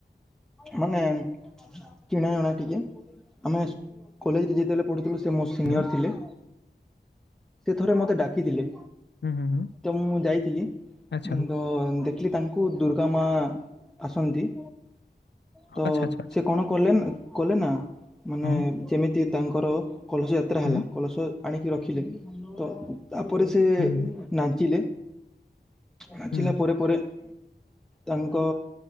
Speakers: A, in the centre; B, on the left.
A: ମାନେ ଚିଣା ଯଣା ଟିକେ। ଆମେ କଲେଜରେ ଯେତେବେଲେ ପଢ଼ୁଥିଲୁ ସେ ମୋ ସିନିୟର
B: ହ୍ୟାଲୋ
A: ଥିଲେ। ସେ ଥରେ ମୋତେ ଡାକିଥିଲେ।
B: ହୁଁ ହୁଁ ହୁଁ।
A: ତ ମୁଁ ଯାଇଥିଲି ଉଁ
B: ଆଚ୍ଛା ହୁଁ।
A: ତ ଦେଖିଲି ତାଙ୍କୁ ଦୁର୍ଗା ମା ଆସନ୍ତି ତ
B: ଆଚ୍ଛା ଆଚ୍ଛା ଆଚ୍ଛା
A: ସେ କଣ କଲେ ନା କଲେ ନା ମାନେ
B: ହଁ
A: ଯେମିତି ସେ ତାଙ୍କର କଲସି ଯାତ୍ରା ହେଲା
B: ହୁଁ
A: କଳସ ଆଣିକି ରଖିଲେ ତ ତାପରେ ସେ ତେ
B: ହୁଁ ହୁଁ
A: ନାଚିଲେ ନାଚିଲା
B: ହୁଁ,
A: ପରେ ପରେ ତାଙ୍କ